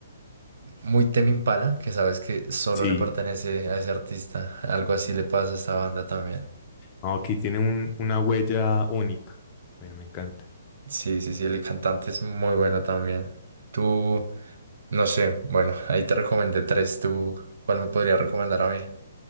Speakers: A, on the right; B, on the left.
A: muy Tame Impala, que sabes que solo
B: Sí,
A: le pertenece a ese artista. Algo así le pasa a esta banda también.
B: Ah, ok, tiene un- una huella única. Bueno, me encanta.
A: Sí, sí, sí, el cantante es muy bueno también. Tú, no sé, bueno, ahí te recomendé tres. ¿Tú cuál me podría recomendar a mí?